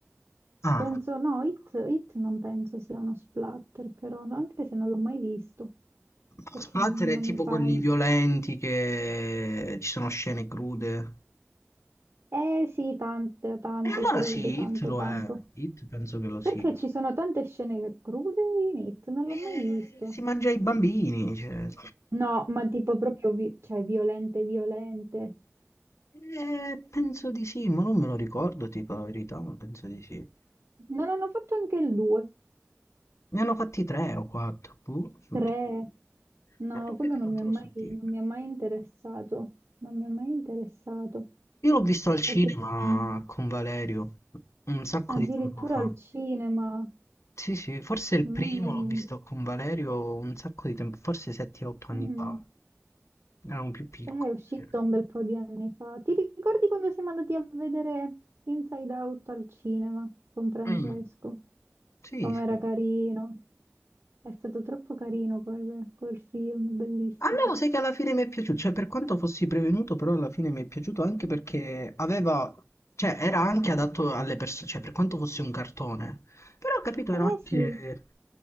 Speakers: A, on the left; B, on the right.
A: Ah,
B: Penso, no, It, It non penso sia uno splatter, però no, anche se non l'ho mai visto,
A: no,
B: perché
A: splatter
B: non,
A: è
B: non
A: tipo
B: mi fai.
A: quelli violenti che ci sono scene crude.
B: Eh sì, tante, tanto
A: E allora
B: crude,
A: sì,
B: tanto,
A: Hit lo
B: tanto.
A: è. Hit penso che lo sia.
B: Perché ci sono tante scene crude in It, non l'ho
A: Eh,
B: mai visto.
A: si mangia i bambini, cioè.
B: No, ma tipo proprio, vi- cioè, violente, violente.
A: Eh, penso di sì, ma non me lo ricordo, ti dico la verità, ma penso di sì.
B: Non hanno fatto anche il 2,
A: Ne hanno fatti tre o quattro, boh, non
B: 3.
A: ti so dire.
B: No,
A: Ecco perché
B: quello non
A: non
B: mi
A: te
B: ha
A: lo
B: mai,
A: so dire.
B: non mi ha mai interessato. Non mi ha mai interessato.
A: Io l'ho visto al cinema
B: Proprio- Mm.
A: con Valerio un sacco
B: Addirittura
A: di tempo fa.
B: al cinema.
A: Sì, sì, forse il
B: Mm.
A: primo l'ho visto con Valerio un sacco di tempo, forse 7-8 anni
B: Mm.
A: fa. Ero un più piccolo,
B: Eh, È uscito
A: sì.
B: un bel po' di anni fa. Ti ricordi quando siamo andati a vedere Inside Out al cinema con Francesco?
A: Mm, Sì,
B: Com'era
A: sì.
B: carino. È stato troppo carino quel, quel film, bellissimo.
A: A me lo sai che alla fine mi è piaciuto, cioè per quanto fossi prevenuto, però alla fine mi è piaciuto anche perché aveva, cioè era anche adatto alle persone, cioè per quanto fosse un cartone, però ho capito, era
B: Eh
A: anche,
B: sì,